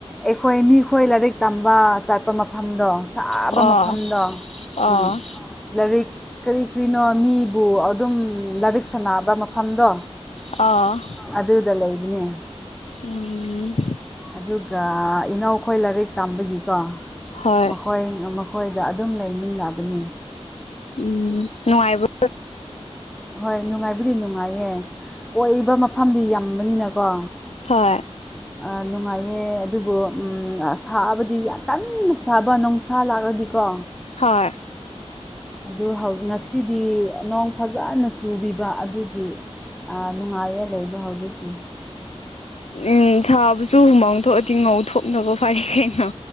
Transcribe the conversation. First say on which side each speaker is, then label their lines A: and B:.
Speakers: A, in the centre; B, on the left.
A: ꯑꯩꯈꯣꯏ ꯃꯤꯈꯣꯏ ꯂꯥꯏꯔꯤꯛ ꯇꯝꯕ ꯆꯠꯄ ꯃꯐꯝꯗꯣ ꯁꯥꯕ
B: ꯑꯣ
A: ꯃꯐꯝꯗꯣ
B: ꯑꯣ
A: ꯎꯝ ꯂꯥꯏꯔꯤꯛ ꯀꯔꯤ ꯀꯔꯤꯅꯣ ꯃꯤ ꯕꯨ ꯑꯗꯨꯝ ꯂꯥꯏꯔꯤꯛ ꯁꯥꯟꯅꯕ ꯃꯐꯝꯗꯣ
B: ꯑꯣ
A: ꯑꯗꯨꯗ ꯂꯩꯕꯅꯦ
B: ꯎꯝ
A: ꯑꯗꯨꯒ ꯏꯅꯥꯎꯈꯣꯏ ꯂꯥꯏꯔꯤꯛ ꯇꯝꯕꯒꯤꯀꯣ
B: ꯍꯣꯏ
A: ꯃꯈ‌ꯣꯏ ꯃꯈꯣꯏꯗ ꯑꯗꯨꯝ ꯂꯩꯃꯤꯟꯅꯕꯅꯤ
B: ꯎꯝ ꯅꯨꯡꯉꯥꯏꯕ꯭ꯔ‌ꯣ
A: ꯍꯣꯏ ꯅꯨꯡꯉꯥꯏꯕꯨꯗꯤ ꯅꯨꯡꯉꯥꯏꯌꯦ ꯀꯣꯏꯕ ꯃꯐꯝꯗꯤ ꯌꯥꯝꯕꯅꯤꯅꯀꯣ
B: ꯍ‌‌ꯣꯏ
A: ꯑꯥ ꯅꯨꯡꯉꯥꯏꯌꯦ ꯑꯗꯨꯕꯨ ꯎꯝ ꯁꯥꯕꯗꯤ ꯌꯥꯝ ꯀꯟꯅ ꯁꯥꯕ ꯅꯨꯡꯁꯥ ꯂꯥꯛꯔꯗꯤꯀꯣ
B: ꯍꯣꯏ
A: ꯑꯗꯨ ꯉꯁꯤꯗꯤ ꯅꯣꯡ ꯐꯖꯅ ꯆꯨꯕꯤꯕ ꯑꯗꯨꯒꯤ ꯑꯥ ꯅꯨꯡꯉꯥꯏꯌꯦ ꯂꯩꯕ ꯍꯧꯖꯤꯛꯇꯤ
B: ꯎꯝ ꯁꯥꯕꯁꯨ ꯍꯨꯃꯥꯡ ꯊꯣꯛꯑꯗꯤ ꯉꯧꯊꯣꯛꯅꯕ ꯐꯩ ꯀꯩꯅꯣ